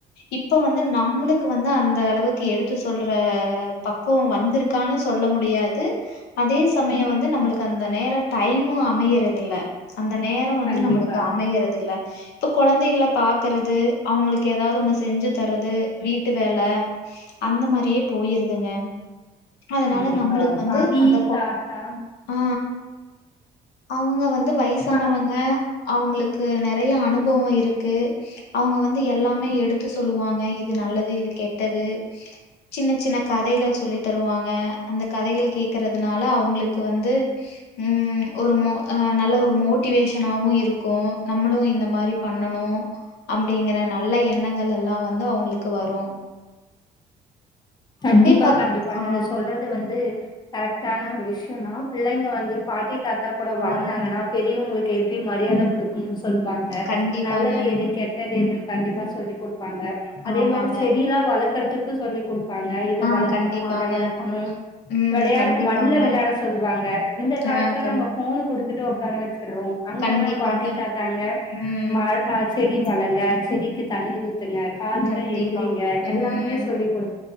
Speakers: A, on the left; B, on the left.
A: இப்ப வந்து நம்ளுக் கு வந்த அந்த அளவுக் தி எடு து சொல்ற பக்குவொ வந்துருக் காணு சொல்ல முடியாது அதே சமய வந்து நம்மளுக்கு அந்த நேர டைமு அமையற துல்ல அந்த நேரோ வந்து
B: கண்டிப்பா
A: நம்மளுக்கு அமையறதுல்ல இப்ப கொழந்தைகள பாக்கறது அவுங்ளுக்கு ஏதாவ்து ஒன்னுஸ் தெஞ்சு தரது வீட்டு வேல அந்த மாரியே போயிருதுங்க அதனால
B: கண்டிப்பா
A: நம்மளுக் வந்து
B: பாட்டி
A: அந்த கோ
B: தாத்தா
A: ஆ அவுங்க வந்து வய்சானவங்க
B: ஆ
A: அவுங்ளுக்கு நெற் றையா அனுபவொ இருக்கு அவுங்க வந்து எல்லாமே எடுத்து சொல்லுவாங்க இது நல்லது இது கெட் ட்டது சின்ன சின்ன கதைகள் சொல்லி தருவாங்க அந்த கதைகள் கேக்கறதுனால அவங்களுக்கு வந்து ம் ஒரு ம நல்ல ஒரு மோட்டிவேஷனாவு இருக்கு நம்மளு இந்த மாரி பண்ணணு அப்டிங்கற நல்ல எண்ணங்கள் எல்லா வந்து அவங்களுக்கு வரு
B: கண்டிப்பா
A: பாத்
B: கண்டிப்பா
A: ஆ
B: நீங்க சொல்றது வந்து கரெக்டான ஒரு விஷ யந்தா பிள்ளைங்க வந்து பாட்டி தாத்தா கூட வளந்தாங்கனா
A: ஆமாங்க.
B: பெரியவங்களுக் எப்படி மரியாதை குடுக்கணுன் சொல் வாங்க
A: கண்டிப்பாங்க.
B: நல்லது எது கெட்டது எதுன் கண்டிப்பா சொல்லி குடு ப்பாங்க அதே
A: ஆமாங்க.
B: மாரி செடில்லா வள க்கறதுக்கு சொல்லி‌ குடு த்தாங்க இத
A: ஆ
B: வளக்கணு
A: கண்டிப்பாங்க.
B: அத வளக்கணு
A: ம்.
B: வெளயாட
A: கண்டிப்பாங்க.
B: மண்ல வெளயாட சொல்வாங்க இந்த காலத்துல
A: ஆ கண்
B: நம்ம ஃபோன குடுத் துட்டு ஒக்கார வெச் சர்றோ அங்கன்னா
A: கண்டிப்பாங்க.
B: பாட்டி தாத்தாங்க
A: ம்.
B: மர செடி வளங்க செடிக்கு தண்ணி ஊத் த்துங்க காலைல
A: கண்டிப்பா.
B: எந்திரிங்க
A: ம்.
B: எல்லாமே சொல்லி குடு